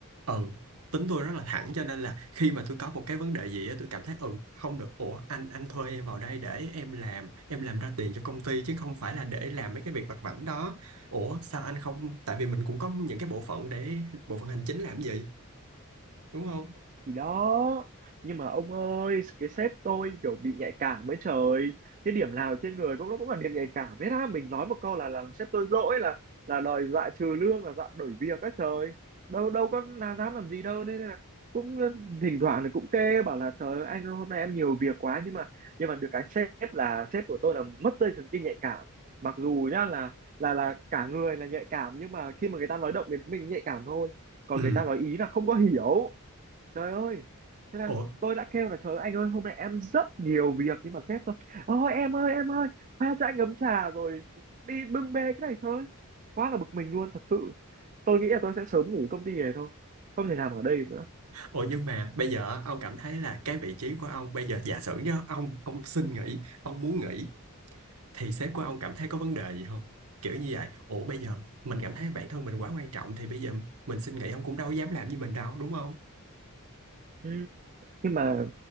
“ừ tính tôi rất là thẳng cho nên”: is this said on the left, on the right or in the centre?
Right